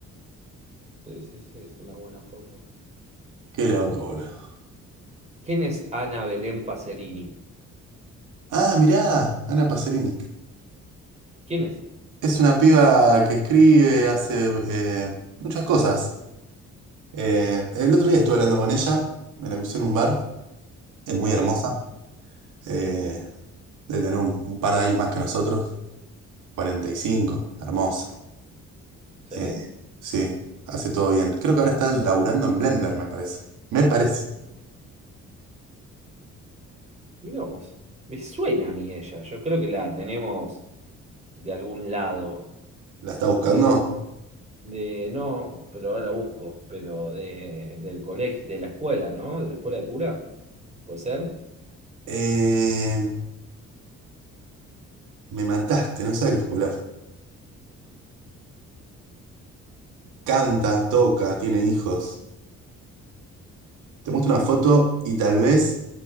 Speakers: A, on the right; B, on the right.
A: sí, sí, sí, es una buena foto.
B: qué loco, boludo.
A: ¿Quién es Ana Belén Pacerini?
B: Ah, mirá, Ana Pacerini.
A: ¿Quién es?
B: Es una piba que escribe, hace eh, muchas cosas. Eh, el otro día estuve hablando con ella, me la crucé en un bar, es muy hermosa,
A: Sí.
B: eh, debe tener un, un par de años más que nosotros, 45, hermosa.
A: ¿Sí?
B: Eh, sí, hace todo bien. Creo que ahora está laburando en Blender, me parece. Me parece.
A: Mirá vos. Me suena a mí ella. Yo creo que la tenemos de algún lado.
B: ¿La está buscando?
A: De, de- no, pero ahora la busco. Pero de, del colegio, de la escuela, ¿no? De la escuela de cura. ¿Puede ser?
B: Eh, me mataste, no sé a qué escuela. Canta, toca, tiene hijos. Te muestro una foto y tal vez...